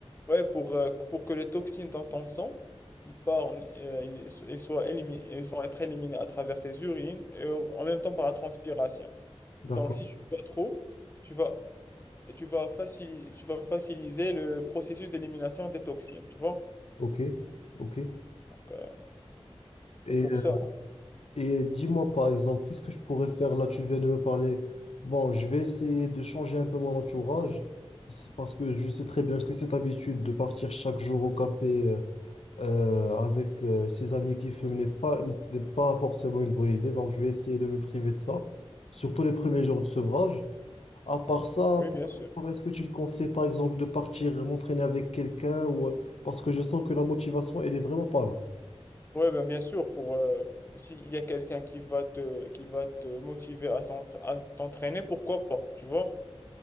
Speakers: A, on the left (about 20°); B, on the left (about 80°).
A: ouais, pour, euh, pour que les toxines dans ton sang, ils partent, euh, ils, so- ils soient élimi- ils vont être éliminés à travers tes urines et en en même temps par la transpiration.
B: D'accord.
A: Donc, si tu bois trop, tu vas tu vas facili- tu vas faciliter le processus d'élimination des toxines, tu vois?
B: Ok. Ok.
A: Donc, euh, c'est
B: Et
A: pour ça.
B: Et dis-moi par exemple, qu'est-ce que je pourrais faire là? Tu viens de me parler. Bon, je vais essayer de changer un peu mon entourage. C'est parce que je sais très bien que cette habitude de partir chaque jour au café euh, euh, avec euh, ses amis qui fument n'est pas, n'est pas forcément une bonne idée. Donc, je vais essayer de me priver de ça, surtout les premiers jours de sevrage. À part ça,
A: Oui,
B: pour-
A: bien sûr.
B: pour- est-ce que tu me conseilles par exemple de partir m'entraîner avec quelqu'un ou euh, parce que je sens que la motivation, elle est vraiment pas là.
A: Oui, ben, bien sûr, pour euh, s'il y a quelqu'un qui va te qui va te motiver à t'en- à t'entraîner, pourquoi pas, tu vois?